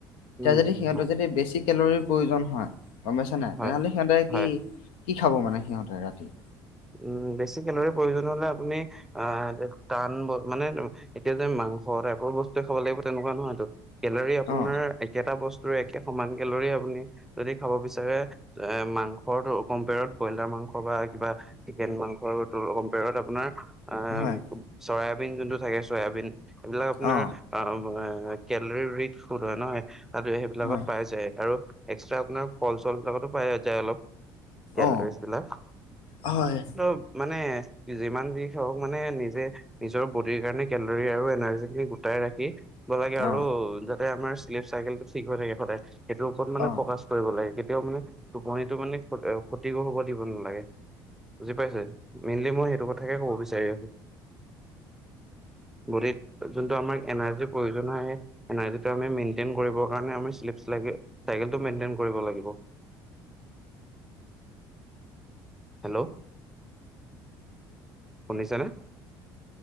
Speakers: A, on the left; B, in the centre.
A: এতিয়া
B: উম
A: যদি সিহঁতক
B: হয়
A: যদি বেছি কেলৰীৰ প্ৰয়োজন হয়, গম পইছা নাই?
B: হয়
A: তেনেহ'লে সিহঁতে
B: হয়।
A: কি কি খাব মানে সিহঁতে ৰাতি?
B: উম বেছি কেলৰীৰ প্ৰয়োজন হলে আপুনি আহ এ টান মানে এতিয়া যে মাংস টাইপৰ বস্তুৱে খাব লাগিব তেনকুৱা নহয়টো। কেলৰি আপোনাৰ
A: অ
B: একেটা বস্তুৰে একে সমান কেলৰি আপুনি যদি খাব বিচাৰে এ মাংসটো কম্পেয়াৰত ব্ৰইলাৰ মাংস বা কিবা চিকেন মাংস কম্পেয়ত আপোনাৰ অ
A: হয়
B: চয়াবিন যোনটো থাকে চয়াবিন। এইবিলাক আপোনাৰ
A: অ
B: আহ কেলৰী ৰি ফুড হয় নহয় তাতো সেইবিলাকত
A: হয়
B: পাই যায় আৰু এক্সট্ৰা আপোনাৰ ফল চল বিলাকতো পাই যায় অলপ কেলাৰীজ
A: অ
B: বিলাক।
A: হয়
B: ত মানে যিমান যি হওক মানে নিজে নিজৰ বডিৰ কাৰণে কেলৰি আৰু এনাৰ্জি খিনি গোটাই ৰাখি লাগে আৰু
A: অ
B: যাতে আমাৰ শ্লিপ চাইকেলটো ঠিক হৈ থাকে সদায় সেইটোৰ ওপৰত মানে
A: অ
B: ফকাচ কৰিব লাগে কেতিয়াও মানে টোপনিটো মানে ক্ষতিগ হব দিব নালাগে। বুজি পাইছে? মেইনলি মই সেইটো কথাকে কব বিচাৰি আছোঁ। বডীত যোনটো আমাৰ এনাৰ্জিৰ প্ৰয়োজন হয় সেই এনাৰ্জিটো আমি মেইনটেইন কৰিবৰ কাৰণে আমি চিশ্লিপচ লাগে, <unintelligible> কাৰণে টো মেইনটেইন কৰিব লাগিব। হেল্ল' শুনিছানে?